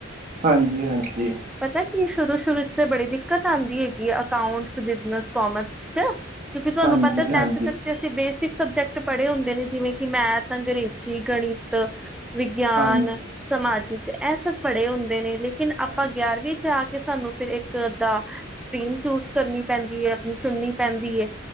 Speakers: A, on the right; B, in the centre.
A: ਹਾਂਜੀ- ਹਾਂਜੀ।
B: ਪਤਾ ਕੀ, ਸ਼ੁਰੂ- ਸ਼ੁਰੂ ਚ ਤੇ ਬੜੀ ਦਿੱਕਤ ਆਉਂਦੀ ਹੈਗੀ ਹੈ ਅਕਾਉਂਟਸ ਬਿਜਨਸ, ਕਾਮਰਸ। ਚ, ਕਿਉਂਕਿ ਤੁਹਾਨੂੰ
A: ਹਾਂਜੀ
B: ਪਤਾ। ਟੈਂਨਥ
A: ਹਾਂਜੀ
B: ਤੱਕ ਤੇ ਅਸੀਂ ਬੇਸਿਕ ਸਬਜੈਕਟ ਪੜ੍ਹੇ ਹੁੰਦੇ ਨੇ, ਜਿਵੇਂ ਕਿ ਮੈਥ, ਅੰਗਰੇਜ਼ੀ, ਗਣਿਤ। ਵਿਗਿਆਨ,
A: ਹਾਂਜੀ
B: ਸਮਾਜਿਕ
A: ਹਾਂਜੀ
B: ਇਹ ਸਭ ਪੜੇ ਹੁੰਦੇ ਨੇ, ਲੇਕਿਨ ਆਪਾਂ
A: ਹਾਂਜੀ
B: ਗਿਆਰਵੀਂ।
A: ਹਾਂ
B: ਆ ਕੇ ਸਾਨੂੰ ਫਿਰ ਇੱਕ ਅੱਧਾ ਸਟਰੀਮ ਚੂਜ ਕਰਨੀ ਪੈਂਦੀ ਹੈ, ਆਪਣੀ ਚੁਣਨੀ ਪੈਂਦੀ ਹੈ।